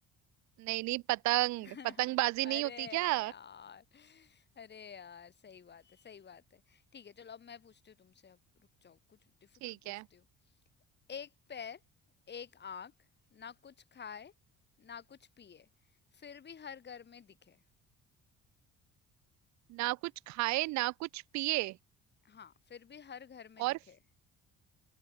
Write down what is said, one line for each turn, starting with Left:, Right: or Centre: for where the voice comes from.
Right: नहीं नहीं पतंग
Left: <laughs>
Right: पतंगबाजी
Left: अरे
Right: नहीं होती क्या
Left: यार अरे यार सही बात है सही बात है ठीक है चलो अब मैं पूछती हूँ तुमसे अब रुक जाओ कुछ डिफिकल्ट
Right: ठीक
Left: पूछती
Right: है
Left: हूँ एक पैर एक आंख ना कुछ खाए ना कुछ पिए फिर भी हर घर में दिखे
Right: ना कुछ खाए ना कुछ पिए
Left: हाँ फिर भी हर घर में
Right: और
Left: दिखे